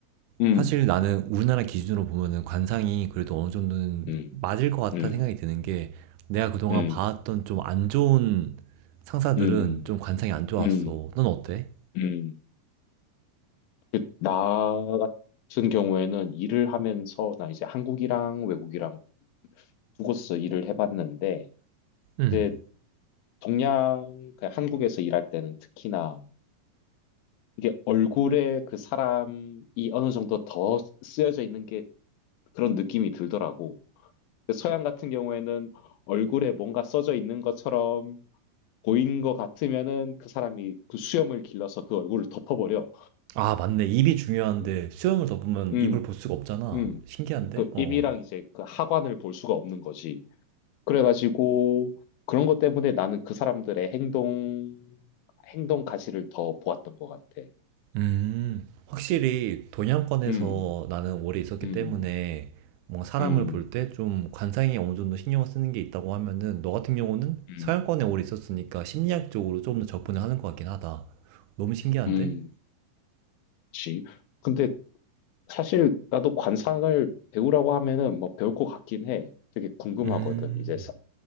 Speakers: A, on the left; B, on the right.
A: 음,
B: 사실 나는 우리나라 기준으로 보면은 관상이 그래도 어느 정도는
A: 음,
B: 맞을 것 같다는
A: 음,
B: 생각이 드는 게, 내가 그동안
A: 음,
B: 봐왔던 좀 안 좋은 상사들은
A: 음,
B: 좀 관상이 안 좋았어.
A: 음,
B: 넌 어때?
A: 음, 음. 그, 나 같은 경우에는 일을 하면서 나 이제 한국이랑 외국이랑 두 곳에서 일을 해봤는데
B: 음.
A: 이제 동양 그 한국에서 일할 때는 특히나 이게 얼굴에 그 사람이 어느 정도 더 쓰여져 있는 게 그런 느낌이 들더라고. 근데 서양 같은 경우에는 얼굴에 뭔가 써져 있는 것처럼 보인 것 같으면은 그 사람이 그 수염을 길러서 그 얼굴을 덮어버려.
B: 아, 맞네. 입이 중요한데
A: 음,
B: 수염을 덮으면
A: 음.
B: 입을 볼 수가 없잖아.
A: 음.
B: 신기한데?
A: 그
B: 어.
A: 입이랑 이제 그 하관을 볼 수가 없는 거지. 그래가지고 그런 것 때문에 나는 그 사람들의 행동, 행동 가시를 더 보았던 것 같아.
B: 음. 확실히
A: 음.
B: 동양권에서
A: 음,
B: 나는 오래 있었기
A: 음,
B: 때문에 뭔가 사람을
A: 음,
B: 볼 때 좀 관상에 어느 정도 신경을 쓰는 게 있다고 하면은 너 같은 경우는
A: 음,
B: 서양권에 오래 있었으니까 심리학적으로 조금 더 접근을 하는 것 같긴 하다. 너무 신기한데?
A: 음, 그치. 근데 사실 나도 관상을 배우라고 하면은 뭐 배울 것 같긴 해. 되게 궁금하거든.
B: 음.
A: 이제 사,